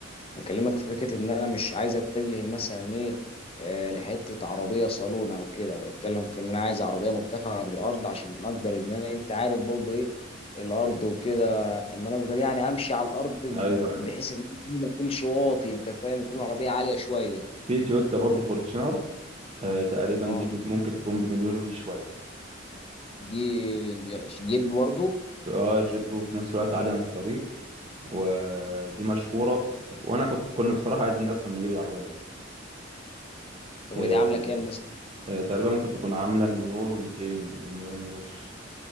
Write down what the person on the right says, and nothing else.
ايوه ايوه
في تويوتا برضو فورتشنر آه تقريبا
دي ممكن تكون بمليون وشويه
اه جيب وفي نفس الوقت عاليه عن الطريق ودي مشهوره وانا كنت كنا بصراحه عايزين اصلا نجيب العربيه دي
آه
آه تقريبا ممكن تكون عامله مليون و200 مليون ونص